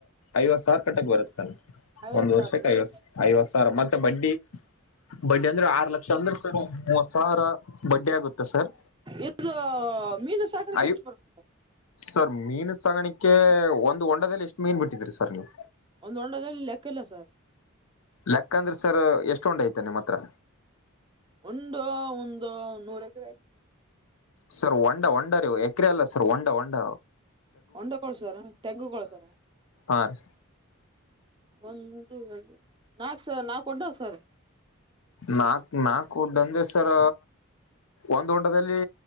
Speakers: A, on the left (about 75°); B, on the right (about 20°).
A: ಐವತ್ ಸಾವಿರ ಕಟ್ಟಕ್ ಬರುತ್ತ ತಾನ
B: ಐವತ್ತು
A: ಒಂದ್
B: ಸಾವಿರ
A: ವರ್ಷಕ್ಕೆ
B: ಸರ್
A: ಐವ ಐವತ್ ಸಾವಿರ ಮತ್ತೆ ಬಡ್ಡಿ ಬಡ್ಡಿ ಅಂದ್ರೆ ಆರು ಲಕ್ಷ ಅಂದ್ರೆ ಮ್ ಸಾರ ಬಡ್ಡ ಆಗುತ್ತೆ ಸರ್
B: ಇದು ಮೀನು ಸಾಕಡಕ್ಕೆ
A: ಅಯ್ಯೋ
B: ಎಷ್ಟು ಬರ್ತಾರೆ
A: ಸರ್ ಮೀನು ಸಗಾಣಿಕೆ ಒಂದು ಒೊಂಡದಲ್ಲಿ ಎಷ್ಟು ಮೀನ್ ಬಿಟ್ಟಿದ್ರರಿ ಸರ್ ನೀವು
B: ಒಂದ್ ಒೊಂಡದಲ್ಲಿ ಲೆಕ್ಕ ಇಲ್ಲ ಸರ್
A: ಲೆಕ್ಕ ಅಂದ್ರೆ ಸರ್ ಎಷ್ಟೊಂಡ ಐತೆ ನಿಮ್ಮ ಹತ್ರ
B: ಒಂದು ಒಂದು ನೂರ ಎಕರೆ ಆಯ್ತು
A: ಸರ್ ಒಂಡಾ ಹಂಡ ರವು ಎಕ್ರೆ ಅಲ್ಲ ಸರ್ ಒೊಂಡಾ ಹಂಡ
B: ಹೊಂಡ ಕೊಳ್ಸರ ತೆಗ್ಗ ಕೊಳ್ಸರ
A: ಹಾ ರೀ
B: ಒಂದ ನಾಕ್ ಸ ನಾ ಕೊಡವ್ ಸರ್
A: ನಾಕ್ ನಾಕು ಒಡ್ಡ ಅಂದೆ ಸರ್ ಒಂದ್ ಹೊಂಡದಲ್ಲಿ